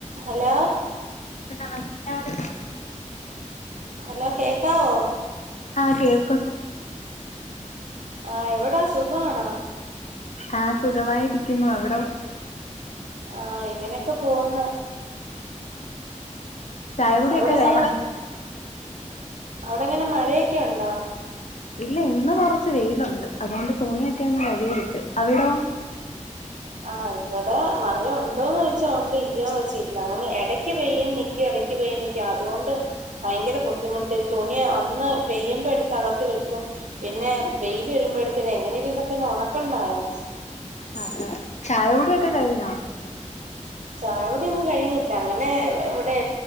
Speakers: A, on the right (about 70°); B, on the left (about 65°).
A: ഹലോ
B: നമസ്കാരം
A: ഹലോ കേക്കാവോ
B: ആ കേൾ
A: ആ എവിടാ സുഖണോ?
B: ആ സുഖമായിരിക്കുന്നു അവിടോ?
A: ആ ഇങ്ങനെയൊക്കെ പോന്ന്
B: ചായ കുടിയൊക്കെ
A: അവിടെങ്ങനെയാ
B: കഴിഞ്ഞോ
A: അവിടെങ്ങനെയാ കഴ് ഴയോക്കെ ഉണ്ടോ
B: ഇല്ല ഇന്ന് കുറച്ച് വെയിലുണ്ട് അതുകൊണ്ട് തുണിയൊക്കെ അങ്ങ് കഴുവിട്ട് അവിടോ?
A: <unintelligible> ആഹ് ഇവിടെ മഴ ഉണ്ടോന്ന് ചോയ്ച്ചാ ഉണ്ട് ഇല്ലയോ ചോയ്ച്ചാ ഇല്ല അങ്ങനെ ഇടക്ക് പെയ്യും നി ക്ക്എടക്പെയ്യും നിക്കും അതുകൊണ്ട് ഭയങ്കര ബുദ്ധിമുട്ട് തുണി ഒന്ന് പെയ്യുമ്പോ എടുത്ത് അകത്തി വെക്കും പിന്നെ വെയില് വരു മ്പോഴത്തേനെ എങ്ങനെങ്കിലു ഇതൊക്കെ ഒന്ന് ഉണക്കണ്ടായോ
B: അത ചായകുടിയൊക്കെ കയിഞ്ഞോ
A: ചായോടിയൊന്നും കഴിഞ്ഞില്ല അങ്ങനെ ഇവിടെ